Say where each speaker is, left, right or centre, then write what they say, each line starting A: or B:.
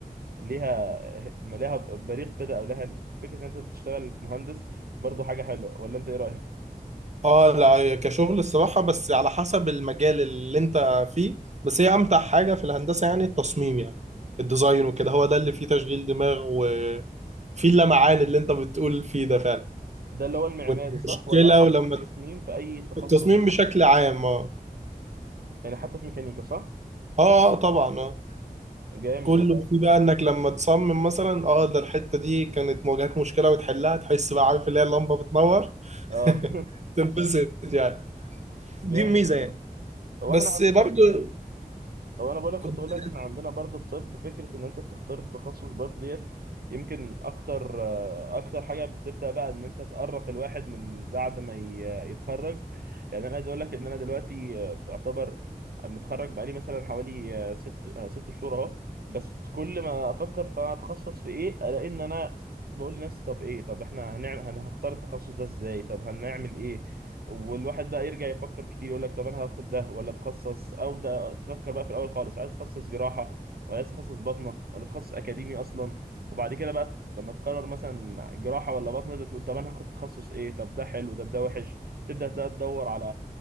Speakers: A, on the right; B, on the right.
A: ليها ليها بريق كده او لها فكره ان انت تشتغل مهندس برضو حاجه حلوه ولا انت ايه رايك
B: <laughs> اه لا هي كشغل الصراحه بس على حسب المجال اللي انت فيه بس هي امتع حاجه في الهندسه يعني التصميم يعني الديزاين وكده هو ده اللي فيه تشغيل دماغ وفيه اللمعان اللي انت بتقول فيه ده فعلا
A: ده اللي هو المعماري
B: والمشكله
A: صح ولا قصدك
B: ولما
A: التصميم في اي تخصص
B: التصميم بشكل عام اه
A: يعني حتى في ميكانيكا صح
B: اه آه، طبعا اه
A: جامد
B: كله
A: والله
B: فيه بقى انك لما تصمم مثلا اه ده الحته دي كانت مواجهاك مشكله وتحلها تحس بقى عارف اللي هي اللمبه بتنور
A: اه
B: <laughs> تنبسط يعني
A: <laughs> جامد
B: دي الميزه
A: والله
B: يعني
A: هو
B: بس
A: احنا
B: برضه
A: هو انا بقولك
B: كنت
A: كنت اقولك احنا عندنا برضو في طب فكره ان انت بتختار التخصص برضو ديت يمكن اكتر آه، اكتر حاجه بتبدا بقى ان انت تقرق الواحد من بعد ما ي- يتخرج يعني انا عايز اقولك ان انا دلوقتي آه، بعتبر متخرج بقالي مثلا حوالي آه، ست آه، ست شهور اهو بس كل ما افكر فانا هتخصص في ايه الاقي ان انا بقول لنفسي طب ايه طب احنا هنعمل هنختار التخصص ده ازاي طب هنعمل ايه والواحد بقى يرجع يفكر كتير يقول لك طب انا هاخد ده ولا اتخصص او ده تفكر بقى في الاول خالص عايز اتخصص جراحه ولا عايز اتخصص باطنه ولا اتخصص اكاديمي اصلا وبعد كده بقى لما تقرر مثلا جراحه ولا باطنه بتقول طب انا هاخد تخصص ايه طب ده حلو ده ده وحش تبدا بقى تدور على